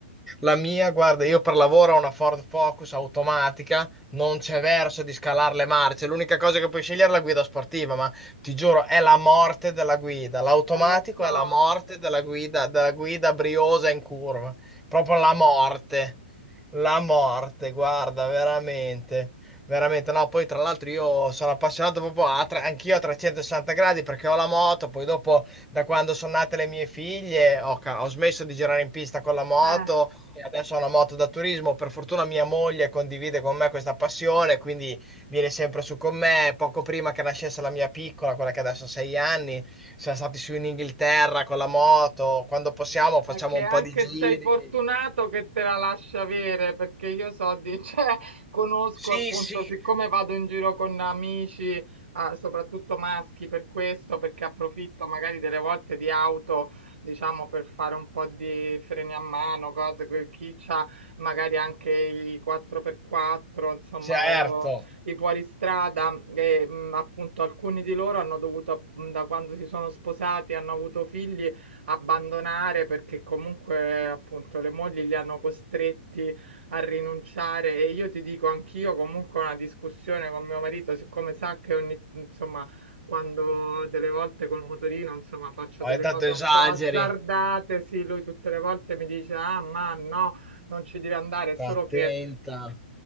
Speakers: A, in the centre; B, on the right.
A: La mia, guarda, io per lavoro ho una Ford Focus automatica, non c'è verso di scalare le marce. L'unica cosa che puoi scegliere è la guida sportiva, ma ti giuro, è la morte della guida. L'automatico
B: Eh, lo so.
A: è la morte della guida, della guida briosa in curva. Proprio la morte. La morte, guarda, veramente. Veramente, no, poi tra l'altro io sono appassionato proprio a, tre- anch'io a 360 gradi perché ho la moto, poi dopo da quando sono nate le mie figlie ho, ca- ho smesso di girare in pista con la moto
B: Eh.
A: e adesso ho una moto da turismo, per fortuna mia moglie condivide con me questa passione, quindi viene sempre su con me. Poco prima che nascesse la mia piccola, quella che adesso ha sei anni, siamo stati su in Inghilterra con la moto. Quando possiamo facciamo
B: È che
A: un
B: anche
A: po' di giri.
B: sei fortunato che te la lascia avere, perché io so di, <laughs> cioè, conosco
A: Sì,
B: appunto,
A: sì,
B: siccome vado in giro con amici, ah, soprattutto maschi, per questo, perché approfitto magari delle volte di auto, diciamo, per fare un po' di freni a mano, cose, quel chi c'ha magari anche i 4x4, insomma,
A: certo.
B: o i fuoristrada, e, mh, appunto alcuni di loro hanno dovuto, mh, da quando si sono sposati, hanno avuto figli abbandonare perché comunque appunto le mogli li hanno costretti a rinunciare e io ti dico anch'io comunque ho una discussione con mio marito, siccome sa che ogni, insomma, quando delle volte col motorino, insomma, faccio
A: Ogni
B: delle cose
A: tanto esageri.
B: un po' azzardate, sì, lui tutte le volte mi dice, ah, ma no, non ci devi andare, è
A: Sta
B: solo
A: attenta.
B: che